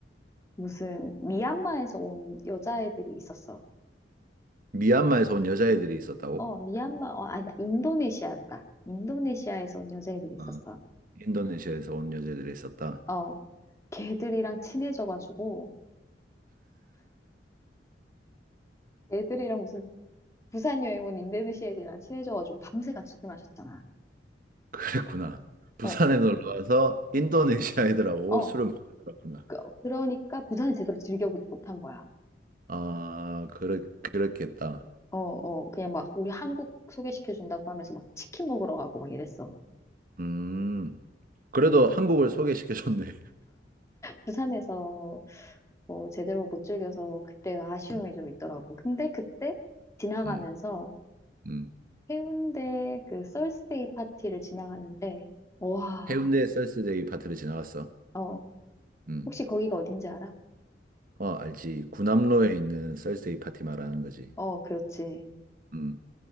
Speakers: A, on the left (about 15°); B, on the right (about 50°).
A: 무슨 미얀마에서 온 여자애들이 있었어.
B: 미얀마에서 온 여자애들이 있었다고?
A: 어, 미얀마, 어, 아니, 인도네시아였다. 인도네시아에서 온 여자애들이 있었어.
B: 아, 인도네시아에서 온 여자애들이 있었다.
A: 어, 걔들이랑 친해져가지고, 애들이랑 무슨 부산 여행 온 인도네시아 애들이랑 친해져가지고 밤새 같이 술 마셨잖아.
B: 그랬구나. 부산에
A: 어,
B: 놀러 와서 인도네시아 애들하고
A: 어,
B: 술을 먹고 놀았구나.
A: 그, 그러니까 부산을 제대로 즐겨보지 못한 거야.
B: 아, 그래, 그랬겠다.
A: 어, 어, 그냥 막 우리 한국 소개시켜준다고 하면서 막 치킨 먹으러 가고 막 이랬어.
B: 음. 그래도 한국을 소개시켜줬네.
A: 부산에서 뭐 제대로 못 즐겨서 그때 아쉬움이
B: 음,
A: 좀 있더라고. 근데 그때 지나가면서
B: 음. 음.
A: 해운대 그 썰스데이 파티를 지나가는데, 와,
B: 해운대 썰스데이 파티를 지나갔어.
A: 어,
B: 음.
A: 혹시 거기가 어딘지 알아?
B: 어, 알지. 구남로에 있는 썰스데이 파티 말하는 거지.
A: 어, 그렇지.
B: 음.